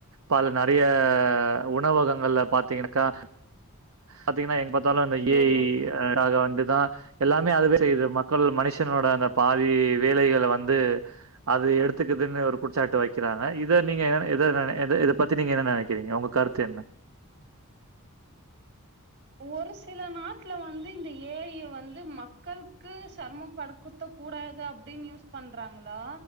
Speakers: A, on the right (about 70°); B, on the right (about 50°).
A: பல நறைய உணவகங்கள்ல பாத்தீங்கன்னாக்கா பாத்தீங்கன்னா எங்க பாத்தாலும் அந்த
B: ரோபோட்
A: ஏ ஐ காக வந்துதா எல்லாமே அதுதா செய்யுது மக்கள் மனுஷனோட அந்த பாதி வேலைகள வந்து அது எடுத்துக்குதுன்னு ஒரு குச்சாட்டு வெக்கிறான் இத நீங்க இத இத இத பத்தி நீங்க என்ன நெனைக்கிறீங்க உங்க கருத்து என்ன
B: ஒரு சில நாட்ல வந்து இந்த ஏ ஐ ய வந்து மக்கள்க்கு செர்மப்படுக்குத் கூடாது அப்டின் யூஸ் பண்றாங்ளா